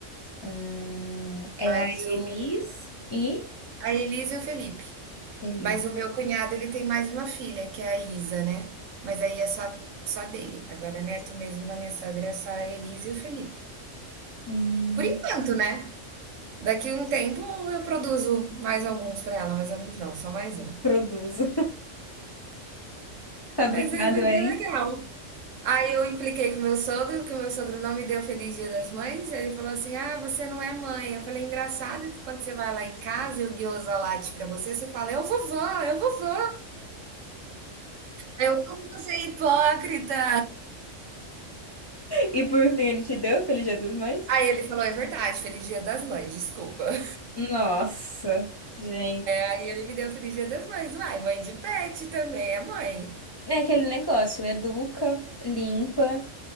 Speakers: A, on the left (about 30°); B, on the right (about 80°).
A: Hum, é
B: Mas
A: a Elis
B: o,
A: e
B: a Elisa e o Felipe.
A: Felipe.
B: Mas o meu cunhado, ele tem mais uma filha, que é a Isa, né, mas aí é só só dele. Agora neto mesmo da minha sogra é só a Elisa e o Felipe.
A: Hum,
B: Por enquanto, né, daqui um tempo eu produzo mais alguns pra ela, mais alguns não, só mais um.
A: produzo. <laughs> Fabricado
B: Mas aí vai
A: em.
B: ser legal. Aí eu impliquei com o meu sogro, que o meu sogro não me deu feliz dia das mães, ele falou assim: "Ah, você não é mãe". Eu falei: "Engraçado que quando você vai lá em casa e o guiosa late pra você, você fala: "Eu vovó, eu vovó". Aí eu: "Como você é hipócrita".
A: E por fim, ele te deu Feliz Dia das Mães?
B: Aí ele falou: "É verdade, feliz dia das mães, desculpa". <laughs>
A: Nossa, gente.
B: Aí ele me deu feliz dia das mães. Uai, mãe de pet também é mãe.
A: É aquele negócio, educa, limpa,